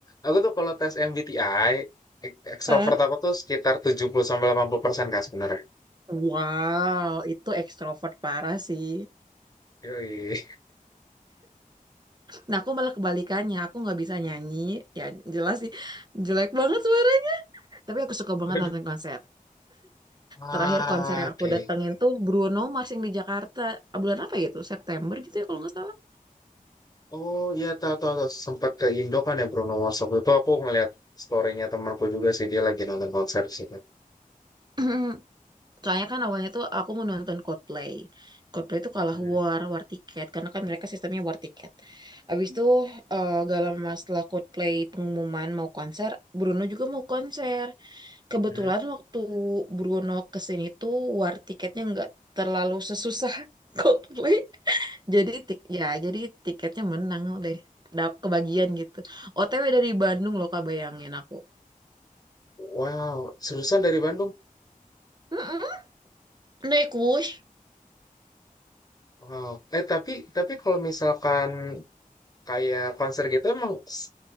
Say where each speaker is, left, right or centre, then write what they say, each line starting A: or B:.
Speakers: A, on the left; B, on the right.
A: Aku tuh kalau tes MBTI, ek- ekstrovert
B: Hah?
A: aku tuh sekitar 70 sampai 80% kak sebenarnya.
B: Wow, itu ekstrovert parah sih.
A: Yoi.
B: Nah, aku malah kebalikannya. Aku nggak bisa nyanyi. Ya, jelas sih. Jelek banget suara. Tapi aku suka banget
A: <laughs> Waduh.
B: nonton konser. Terakhir
A: Ah,
B: konser yang
A: oke.
B: aku datengin tuh Bruno Mars yang di Jakarta. Ah, Bulan apa gitu? September gitu ya kalau nggak salah.
A: Oh iya tahu tahu tahu. sempat ke Indo kan ya Bruno Mars waktu itu aku ngeliat story-nya temanku juga sih dia lagi nonton konser sih. Kak.
B: <clears throat> Soalnya kan awalnya tuh aku mau nonton Coldplay. Coldplay tuh
A: Mhm.
B: kalah war, war tiket. Karena kan mereka sistemnya war tiket. Abis itu eh, gak lama setelah Coldplay pengumuman mau konser, Bruno juga mau konser. Kebetulan
A: Mhm.
B: waktu Bruno kesini tuh war tiketnya nggak terlalu sesusah <laughs> Coldplay. Jadi tik ya, jadi tiketnya menang deh. Dap kebagian gitu. OTW dari Bandung loh Kak bayangin aku.
A: Wow, seriusan dari Bandung
B: Mm-mm, Naik Whoosh.
A: Wow. Eh tapi tapi kalau misalkan kayak konser gitu emang s-